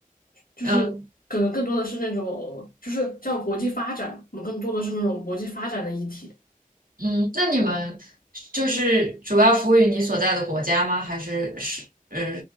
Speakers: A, on the left (about 80°); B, on the right (about 75°).
A: 就是可能更多的是那种就是叫国际发展，
B: 嗯
A: 我们更多的是那种国际发展的议题。
B: 嗯？那你们就是主要服务于你所在的国家吗？还是是呃